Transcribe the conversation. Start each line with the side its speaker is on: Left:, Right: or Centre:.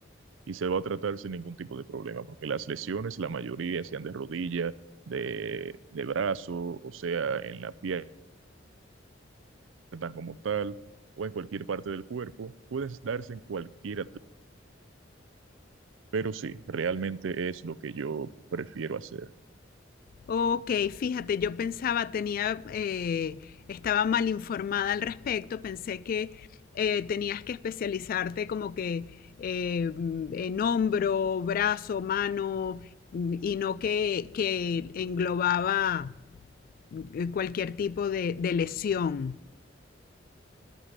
Right: y se va a tratar sin ningún tipo de problema, porque las lesiones, la mayoría sean de rodilla, de, de brazo, o sea, en la pierna como tal, o en cualquier parte del cuerpo, puedes darse en cualquier atleta Pero sí, realmente es lo que yo prefiero hacer.
Left: Ok, fíjate, yo pensaba, tenía, eh, estaba mal informada al respecto, pensé que eh, tenías que especializarte como que eh, mm, en hombro, brazo, mano, mm, y no que, que englobaba mm, cualquier tipo de, de lesión.